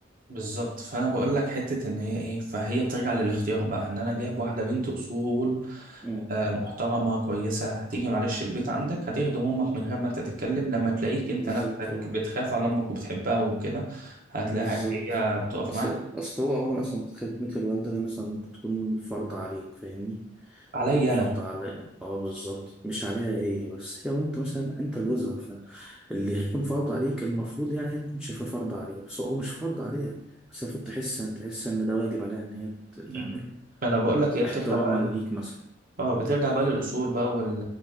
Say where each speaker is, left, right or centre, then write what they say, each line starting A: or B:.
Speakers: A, on the right; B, in the centre.
A: بالظبط فانا بقول لك حته ان هي ايه فهي بترجع للاختيار بقى ان انا جايب واحده بنت اصول
B: اه
A: آه، محترمة كويسة هتيجي معلش البيت عندك هتخدم أمك من غير ما أنت تتكلم لما تلاقيك
B: بالظبط
A: أنت نفسك
B: اه
A: بتخاف على أمك وبتحبها وكده هتلاقيها
B: بالظبط
A: هي بتقف
B: اصل
A: معاك
B: اصل هو عموما اصلا خدمة الوالدة دي مثلا بتكون فرض عليك فاهمني
A: عليا
B: او فرض
A: أنا
B: على اه بالظبط مش عليها هي بس هي انت مثلا انت جوزها فاللي هيكون فرض عليك المفروض يعني هي تكون شايفاه فرض عليها بس هو مش فرض عليها بس المفروض تحس تحس ان ده واجب عليها ان هي ت- تعمله
A: م-م. أنا بقول لك هي بترجع
B: احتراما
A: بقى ل-
B: ليك مثلا
A: اه بترجع بقى للأصول بقى وال